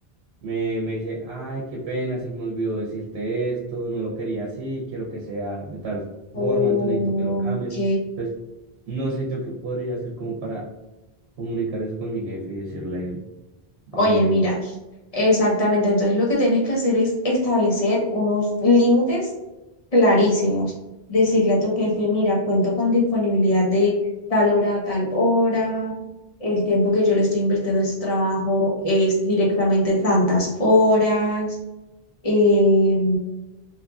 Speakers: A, on the right; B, on the left.
A: me, me dice, ay, qué pena, se me olvidó decirte esto, no lo quería así, quiero que sea de tal
B: Ok.
A: forma, entonces necesito que lo cambies. Entonces, no sé yo qué podría hacer como para comunicar eso con mi jefe y decirle,
B: Oye,
A: eh,
B: mira, exactamente. Entonces lo que tienes que hacer es establecer unos límites clarísimos. Decirle a tu jefe, mira, cuento con disponibilidad de tal hora a tal hora. El tiempo que yo le estoy invirtiendo a este trabajo es directamente tantas horas. Eh,